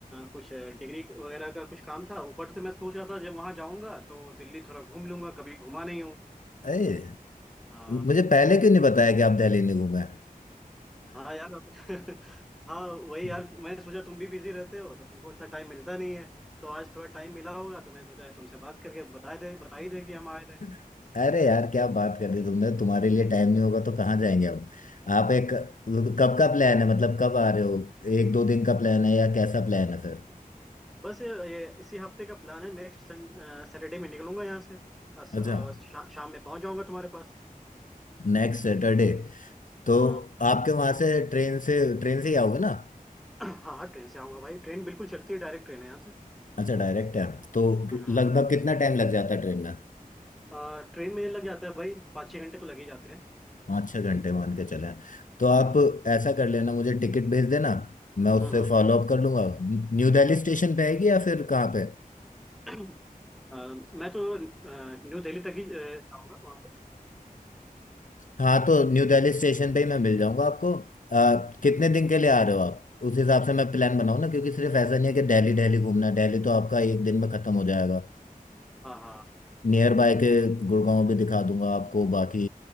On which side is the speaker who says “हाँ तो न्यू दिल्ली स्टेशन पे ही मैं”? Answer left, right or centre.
Left